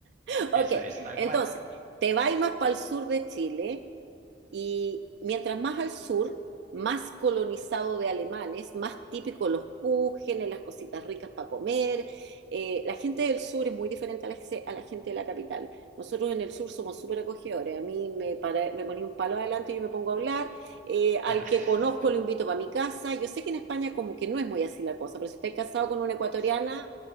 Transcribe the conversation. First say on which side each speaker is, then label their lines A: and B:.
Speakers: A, on the right; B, on the right.
A: <laughs>
B: Eso
A: Ok,
B: es, tal
A: entonces,
B: cual.
A: te vas más para el sur de Chile, y mientras más al sur, más colonizado de alemanes, más típico los kuchenes, las cositas ricas para comer. Eh, la gente del sur es muy diferente a la, a la gente de la capital. Nosotros en el sur somos súper acogedores. A mí me, para, me ponía un palo adelante y yo me pongo a hablar. Eh, al
B: <laughs>
A: que conozco lo invito para mi casa. Yo sé que en España como que no es muy así la cosa, pero si estáis casado con una ecuatoriana,